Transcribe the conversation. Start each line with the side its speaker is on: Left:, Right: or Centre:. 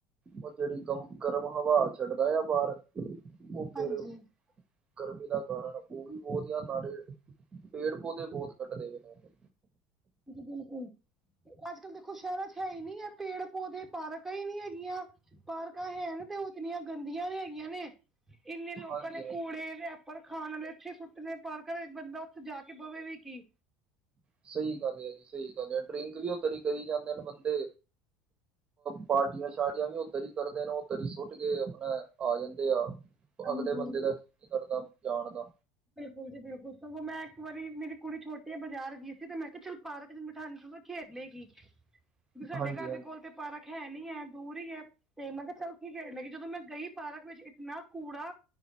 Right: ਉਹ ਜੇੜੀ ਗਰਮ -ਗਰਮ ਹਵਾ ਛਡਦਾ ਆ ਬਾਰ ਉਹ ਫੇਰ
Centre: ਹਾਂਜੀ ਜੀ
Right: ਗਰਮੀ ਦਾ ਕਾਰਨ ਉਹ ਵੀ। ਬੋਤ ਆ ਨਾਲੇ ਪੇੜ- ਪੌਦੇ ਬੋਤ ਕੱਟਦੇ ਹੋਏ ਨੇ।
Centre: ਬਿਲਕੁਲ ਅੱਜ ਕੱਲ ਦੇਖੋ ਸ਼ਹਿਰਾਂ ਚ' ਹੈ ਹੀ ਨੀ ਹੈ ਪੇੜ -ਪੌਦੇ। ਪਾਰਕਾਂ ਹੀ ਨਹੀਂ ਹੈਗੀਆਂ। ਪਾਰਕਾਂ ਹੈ ਤੇ ਉਹ ਇਤਨੀਆਂ ਗੰਦੀਆਂ ਹੈਗੀਆਂ ਨੇ। ਇੰਨੇ ਲੋਕਾਂ
Right: ਹਾਂਜੀ
Centre: ਨੇ
Right: ਹਾਂਜੀ
Centre: ਕੂੜੇ ਪਰ ਖਾਣ ਵਾਲੇ ਇੱਥੇ ਹੀ ਸੁੱਟੇ ਨੇ ਪਰ ਘਰ ਬੰਦਾ ਉੱਥੇ ਜਾ ਕੇ ਬਵੇ ਵੀ ਕੀ।
Right: ਸਹੀ ਗੱਲ ਹੈ ਜੀ, ਸਹੀ ਗੱਲ ਹੈ। ਡਰਿੰਕ ਵੀ ਉਧਰ ਕਰੀ ਜਾਂਦੇ ਨੇ ਬੰਦੇ। ਪਾਰਟੀਆਂ- ਸ਼ਾਰਟੀਆਂ ਵੀ ਉੱਧਰ ਹੀ। ਕਰਦੇ ਨੇ ਉਹ ਤਰੀ ਸੁੱਟ ਕੇ ਆਪਣਾ ਆ ਜਾਂਦੇ ਆ।
Centre: ਹਾਂਜੀ
Right: ਅਗਲੇ ਬੰਦੇ ਦਾ ਕੀ ਕਰਦਾ ਜਾਣ ਦਾ।
Centre: ਬੁਡੇਪੇ ਚ ਮੈਂ ਇੱਕ ਵਾਰੀ ਮੇਰੀ ਕੁੜੀ ਛੋਟੀ ਆ ਬਾਜ਼ਾਰ ਗਈ ਸੀ ਤੇ ਮੈਂ ਕਿਹਾ, ਚਲ ਪਾਰਕ ਚ ਬਿਠਾ ਖੇਡ ਲਏਗੀ।
Right: <inaudible>
Centre: ਕਿ ਸਾਡੇ ਘਰ
Right: ਹਾਂਜੀ
Centre: ਦੇ ਕੋਲ ਤੇ ਪਾਰਕ ਹੈ ਨੀ ਹੈ ਦੂਰ ਹੀ ਹੈ। ਤੇ ਮੈਂ ਕੇਆ, ਚੱਲ ਕੀਖੇਲ ਲੇਗੀ। ਜਦੋਂ ਮੈਂ ਗਈ ਼ਪਾਰਕ ਵਿਚ ਇਤਨਾ ਕੂੜਾ